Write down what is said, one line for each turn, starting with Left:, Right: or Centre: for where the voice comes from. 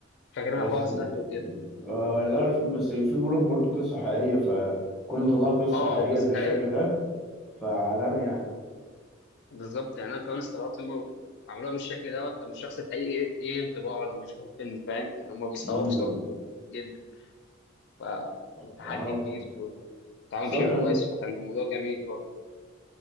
Left: فاكرها
Centre: بس
Left: حوار سهل وكده
Centre: آه، لا الفيلم بس الفيلم بقول لك برضه قصه حقيقيه فكنا طلعوا قصه
Left: اه
Centre: حقيقيه
Left: قصه
Centre: بالشكل
Left: حقيقيه
Centre: ده فعالمي يعني
Left: بالظبط يعني انا كمان استغربت هم عملوها بالشكل دوت طب الشخص الحقيقي ايه إيه انطباعه لما يشوف الفيلم فاهم يعني هم بيصوروا
Centre: مم.
Left: بصورته جدا فتحدي
Centre: معرفش
Left: كبير واتعمل
Centre: سواء
Left: بشكل
Centre: كان
Left: كويس فكان الموضوع جميل برضه